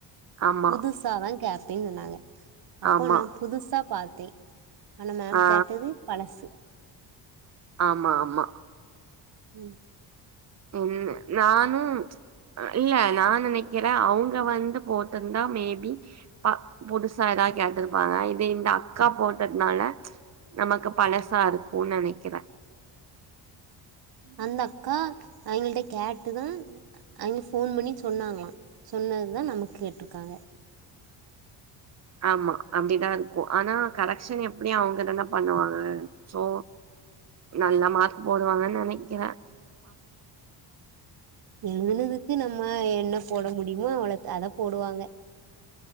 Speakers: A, on the right; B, on the right.
A: ஆமா
B: புதுசா தா கேப்பேன் சொன்னாங்க அப்போ
A: ஆமா
B: நா புதுசா பாத்தே ஆனா மேம்
A: ஆ
B: கேட்டது பழசு
A: ஆமா ஆமா
B: ம்
A: ம் நானு இல்ல நா நெனைக்கிறே அவுங்க வந்து போட்டுர்ந்தா மேபி ப புதுசா த கேட்டுருப்பாங்க இந்த அக்கா போட்டத்னால நமக்கு பழசா இருக்குன் நெனைக்கிறே
B: அந்த அக்கா அவிங்கள்ட்ட கேட்டு தா அவிங்க ஃபோன் பண்ணி சொன்னாங்ளா சொன் ன்னது தா நமக் கேட்ருக்காங்க
A: <inaudible> ஆமா அப்டிதா இருக்கு ஆனா கரெக்க்ஷன் எப்புடியு‌ அவுங்கதானே பண்ணுவாங்க சோ நல்ல மார்க் போடுவாங்கன் நனைக்கிறே
B: எழுதுனதுக்கு நம்ம என்ன போட முடியுமோ அவ்ள அத போடுவாங்க